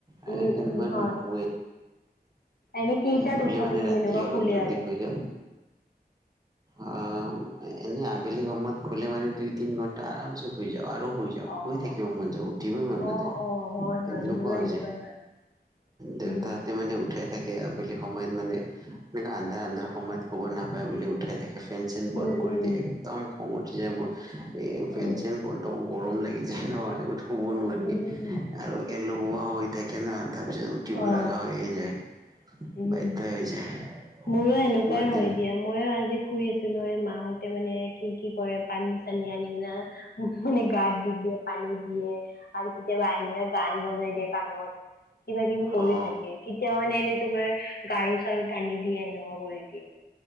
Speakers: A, on the right; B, on the left.
A: আৰু
B: উম
A: সেইকাৰ
B: উম
A: মই
B: হয়
A: নুশুৱে।
B: এনে কেইটাত
A: নোশুলে
B: উঠা
A: মানে
B: তুমি
A: ৰাতি
B: সেনেকুৱা
A: অলপ
B: শুলে
A: জল্দি
B: আৰু
A: শুই যাওঁ। আ এনে আবেলি সময়ত শুলে মানে দুই তিনি ঘণ্টা আৰাম চে গুই যাওঁ। আৰু শুই যাওঁ,
B: অ',
A: শুই থাকিব মন যা, উঠিব মন
B: অ',
A: নাযায়,
B: অ', হয়, হয়,
A: এনেকুৱা
B: মোৰো সেনেকুৱাই
A: হৈ যায়।
B: হয়।
A: দেউতা
B: উম,
A: হাতে মানে উঠাই থাকে। আবেলি সময়ত মানে, এনে আন্ধাৰ আন্ধাৰ সময়ত শুব নাপায় বুলি উঠাই থাকে। ফেন চেন
B: উম,
A: বন্ধ কৰি
B: উম,
A: দিয়ে, একদম খং উঠি যায় মোৰ, এই ফেন
B: উম,
A: চেন বন্ধ গৰম লাগি য যেনেত শুব নোৱাৰি
B: উম, উম,
A: আৰু লগোৱা হৈ থাকে ন। তাৰপিছত উঠিবোৰ
B: অ',
A: লগা হৈয়ে যায়,
B: উম।
A: বাধ্য হৈ যায়।
B: মোৰো এনেকুৱাই
A: তোমাৰ দিন
B: হয় দিয়া মই আজি শুই আছিলো এ মাহতে মানে কি কি কৰে পানী চানী আনি কিনে মানে গাত দি দিয়ে পানী দিয়ে। আৰু কেতিয়াবা আহি কিনে গান বজাই দিয়ে কাণত। কিবা কিবি কৰি
A: অ
B: থাকে, কেতিয়া মানে এনেই তোমাৰ গাৰু চাৰু টানি দিয়ে। কৰি দিয়ে।